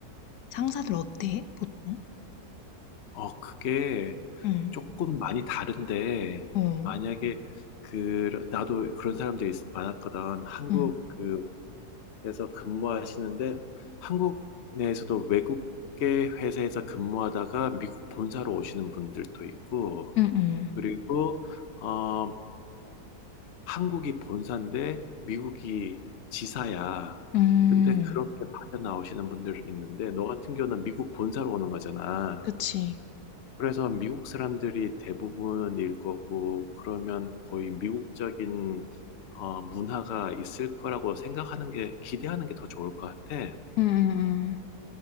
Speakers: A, on the left; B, on the left.
A: 상사들 어때? 보통?
B: 어, 그게
A: 응,
B: 조금 많이 다른데,
A: 어,
B: 만약에 그, 나도 그런 사람들이 있- 많았거든. 한국
A: 응,
B: 그 그래서 근무하시는데 한국 내에서도 외국계 회사에서 근무하다가 미국 본사로 오시는 분들도 있고
A: 응, 응,
B: 그리고 어, 한국이 본사인데 미국이 지사야.
A: 음,
B: 근데 그렇게 파견 나오시는 분들 있는데 너 같은 경우는 미국 본사로 오는 거잖아.
A: 그치.
B: 그래서 미국 사람들이 대부분일 거고 그러면 거의 미국적인 어, 문화가 있을 거라고 생각하는 게 기대하는 게 더 좋을 것 같아.
A: 응, 응,